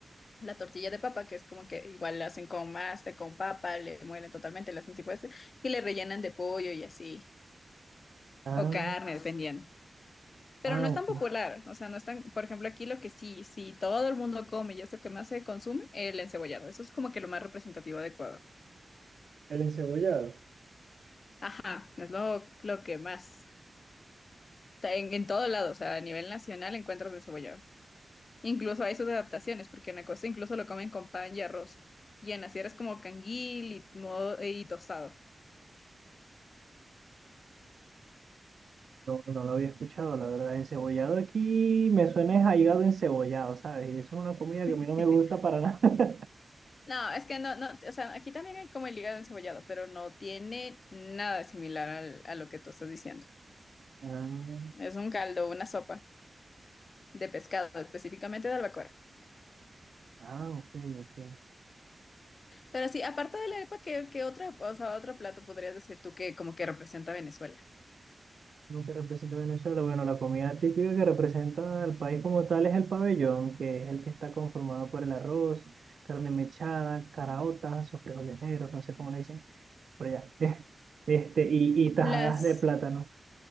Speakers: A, on the left (about 50°); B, on the right (about 65°).
A: la tortilla de papa, que es como que igual la hacen con masa, con papa, le muelen totalmente, la hacen tipo ese, y le rellenan de pollo y así,
B: Ah,
A: o carne, dependiendo. Pero
B: ah,
A: no es
B: ok.
A: tan popular, o sea, no es tan, por ejemplo, aquí lo que sí, sí todo el mundo come y es lo que más se consume, el encebollado. Eso es como que lo más representativo de Ecuador.
B: El encebollado.
A: Ajá, es lo, lo que más, está en, en todo lado, o sea, a nivel nacional encuentro el encebollado. Incluso hay sus adaptaciones, porque en la costa incluso lo comen con pan y arroz. Y en la sierra es como canguil y, modo, y tostado.
B: No, no lo había escuchado, la verdad. Encebollado aquí me suena es a hígado encebollado, ¿sabes? Y eso es una comida que
A: <laughs>
B: a mí no me gusta para nada. <laughs>
A: No, es que no, no, o sea, aquí también hay como el hígado encebollado, pero no tiene nada similar al- a lo que tú estás diciendo.
B: Ah,
A: Es un caldo, una sopa de pescado, específicamente de albacora.
B: ah, ok, ok.
A: Pero sí, aparte de la arepa, ¿qué, qué otra, o sea, otro plato podrías decir tú que como que representa a Venezuela?
B: Lo que representa Venezuela, bueno, la comida típica que representa al país como tal es el pabellón, que es el que está conformado por el arroz, carne mechada, caraotas o frijoles negros, no sé cómo le dicen, por allá. <laughs> Este, y, y tajadas
A: Las,
B: de plátano.